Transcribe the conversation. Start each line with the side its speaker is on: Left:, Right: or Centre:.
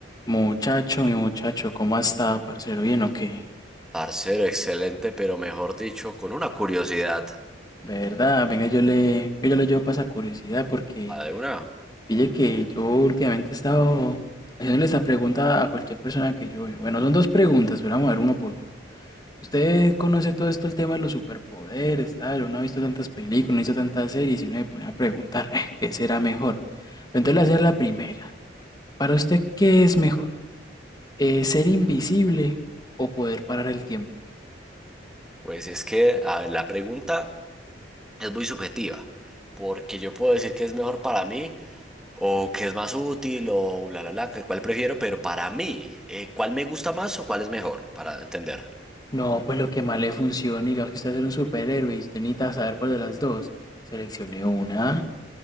Left: Muchacho, mi muchacho, ¿cómo está, parcero? ¿Bien o qué?
Centre: Parcero, excelente, pero mejor dicho, con una curiosidad.
Left: ¿Verdad? Venga, yo le, venga, yo le llevo para esa curiosidad porque
Centre: A ver, una,
Left: pille que yo últimamente he estado haciéndole esta pregunta a cualquier persona que yo veo. Bueno, son dos preguntas, pero vamos a ver uno por uno. ¿Usted conoce todo esto, el tema de los superpoderes, tal? Uno ha visto tantas películas, no ha visto tantas series y uno se pone a preguntar, "Eh, ¿qué será mejor? Pero entonces le voy a hacer la primera. ¿Para usted qué es mejor? Eh, ¿ser invisible o poder parar el tiempo?
Centre: pues es que, a ver, la pregunta es muy subjetiva, porque yo puedo decir que es mejor para mí, o que es más útil, o bla, bla, bla, que cuál prefiero, pero para mí, eh, ¿cuál me gusta más o cuál es mejor? Para entender.
Left: No, pues lo que más le funcione, digamos que usted es un superhéroe y usted necesita saber cuál de las dos. Seleccione una.